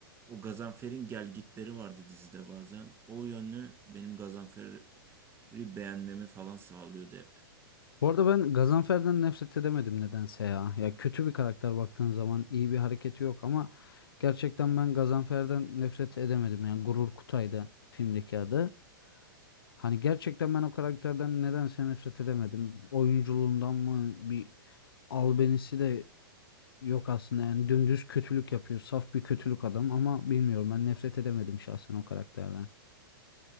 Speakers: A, on the right (about 20°); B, on the left (about 75°).
A: O Gazanfer'in gelgitleri vardı dizide bazen. O yönlü benim Gazanfer'i beğenmemi falan sağlıyordu hep.
B: Bu arada ben Gazanfer'den nefret edemedim nedense ya. Ya kötü bir karakter baktığın zaman iyi bir hareketi yok ama gerçekten ben Gazanfer'den nefret edemedim. Yani Gurur Kutay'dı filmdeki adı. Hani gerçekten ben o karakterden nedense nefret edemedim. Oyunculuğundan mı bir albenisi de yok aslında. Yani dümdüz kötülük yapıyor. Saf bir kötülük adam ama bilmiyorum ben nefret edemedim şahsen o karakterden.